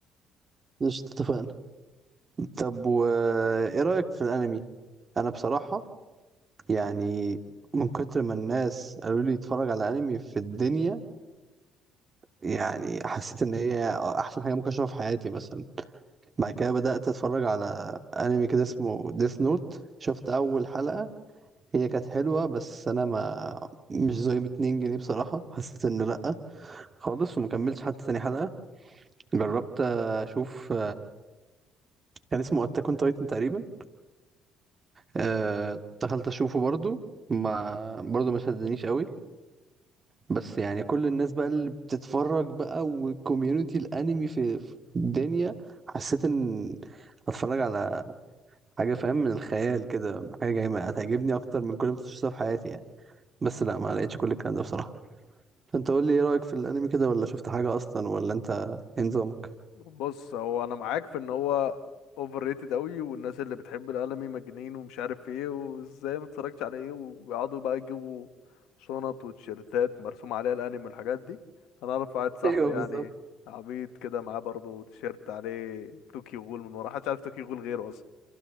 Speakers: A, on the right; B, on the left.
A: مش اتفقنا طب و ايه رأيك في الانمي انا بصراحة يعني من كتر ما الناس قالوا لي اتفرج على انمي في الدنيا يعني حسيت ان هي احسن حاجة ممكن اشوفها في حياتي مثلا بعد كده بدأت اتفرج على انمي كده اسمه ديث نوت شفت اول حلقة هي كانت حلوة بس انا ما مش زي ب 2 جنيه بصراحة حسيت انه لأ خالص ومكملتش حتى تاني حلقة جربت اشوف كان اسمه اتاك اون تايتن تقريبا أه دخلت اشوفه برضو ما برضو ما شدنيش قوي بس يعني كل الناس بقى اللي بتتفرج بقى والكوميونتي الانمي في في الدنيا حسيت ان اتفرج على حاجه فاهم من الخيال كده حاجه جايه ما- هتعجبني اكتر من كل ما شفتها في حياتي يعني بس لا ما لقيتش كل الكلام ده بصراحه فانت قول لي ايه رايك في الانمي كده ولا شفت حاجه اصلا ولا انت إيه نظامك
B: بص هو انا معاك في ان هو اوفر ريتد قوي والناس اللي بتحب الانمي مجانين ومش عارف ايه وازاي ما اتفرجتش على ايه ويقعدوا بقى يجيبوا شنط وتيشيرتات مرسوم عليها الانمي والحاجات دي انا اعرف واحد صاحبي
A: <laughs> ايوه
B: يعني
A: بالظبط
B: عبيط كده معاه برضه تيشيرت عليه توكيو غول من ورا محدش عارف توكيو غول غيره اصلا